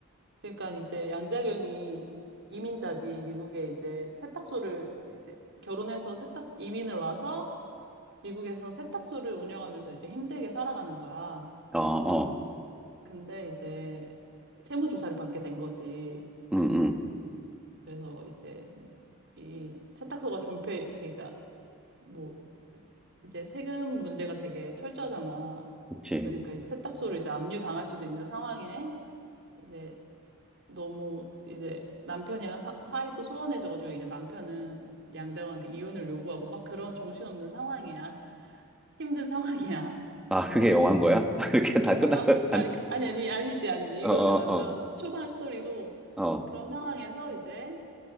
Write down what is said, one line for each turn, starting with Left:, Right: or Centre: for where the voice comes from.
Right: 그러니까 이제 양자경이 이민자지, 미국에 이제 세탁소를 이제 결혼해서 세탁, 이민을 와서 미국에서 세탁소를 운영하면서 이제 힘들게 살아가는 거야.
Centre: 어, 어,
Right: 근데 이제 세무조사를 받게 된 거지.
Centre: 음, 음.
Right: 그래서 이제 이 세탁소가 존폐, 그러니까 뭐 이제 세금 문제가 되게 철저하잖아.
Centre: 그치.
Right: 그러니까 이제 세탁소를 이제 압류당할 수도 있는 상황에 이제 너무 이제 남편이랑 사, 사이도 소원해져가지고 이제 남편은 양자호한테 이혼을 요구하고 막 그런 정신없는 상황이야. <laughs> 힘든 상황이야.
Centre: 아, 그게 영화인 거야? <laughs> 이렇게 다 끝난
Right: 아, 아,
Centre: 거야? 아니,
Right: 아, 아니, 아니, 아니지, 아니지.
Centre: 어,
Right: 이거는
Centre: 어,
Right: 완전
Centre: 어,
Right: 초반 스토리고
Centre: 어.
Right: 그런 상황에서 이제